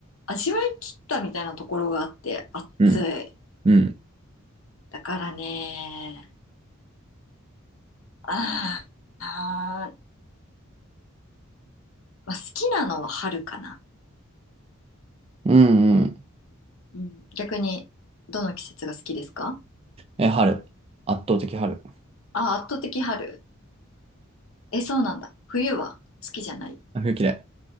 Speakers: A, on the left (about 70°); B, on the right (about 25°).
A: 味わい切ったみたいなところがあって、暑い。
B: うん、うん、
A: だからねあーあー、まあ、好きなのは春かな。
B: うん、うん。
A: うん。逆に、どの季節が好きですか
B: え、春。圧倒的春。
A: あー、圧倒的春。え、そうなんだ。冬は好きじゃない。
B: 冬嫌い。